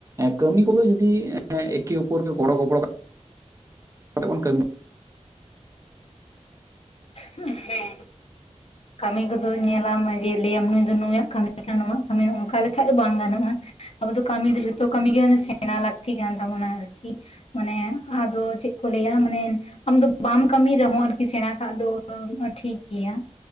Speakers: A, on the right (about 25°); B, on the left (about 55°).
A: ᱠᱟᱹᱢᱤ ᱠᱚᱫᱚ ᱡᱩᱫᱤ ᱮᱠᱮ ᱩᱯᱚᱨ ᱜᱮ ᱜᱚᱲᱚ ᱜᱚᱯᱚᱲᱚ ᱠᱟ <inaudible> ᱛᱮ ᱵᱚᱱ ᱠᱟᱹᱢᱤ
B: ᱦᱮᱸ ᱦᱮᱸ᱾ ᱠᱟᱹᱢᱤ ᱠᱚᱫᱚ ᱧᱮᱞᱟᱢ ᱡᱮ ᱞᱟᱹᱭᱟᱢ ᱱᱩᱭ ᱫᱚ ᱱᱩᱭᱟᱜ ᱠᱟᱹᱢᱤ ᱠᱟᱱᱟ ᱱᱚᱶᱟᱭᱟᱜ ᱠᱟᱹᱢᱤ ᱱᱚᱝᱠᱟ ᱞᱮᱠᱟᱱ ᱫᱚ ᱵᱟᱝ ᱜᱟᱱᱚᱜᱼᱟ᱾ ᱟᱵᱚ ᱫᱚ ᱠᱟᱹᱢᱤ ᱫᱚ ᱡᱷᱚᱛᱚ ᱠᱟᱹᱢᱤ ᱜᱮ ᱢᱟᱱᱮ ᱥᱮᱬᱟ ᱞᱟᱹᱠᱛᱤ ᱠᱟᱱ ᱛᱟᱵᱚᱱᱟ ᱟᱨᱠᱤ᱾ ᱢᱟᱱᱮ ᱟᱫᱚ ᱪᱮᱫ ᱠᱚ ᱞᱟᱹᱭᱟ ᱢᱟᱱᱮ ᱟᱢ ᱫᱚ ᱵᱟᱢ ᱠᱟᱹᱢᱤ ᱨᱮᱦᱚᱸ ᱟᱨᱠᱤ ᱥᱮᱬᱟ ᱟᱫᱚ ᱴᱷᱤᱠ ᱜᱮᱭᱟ᱾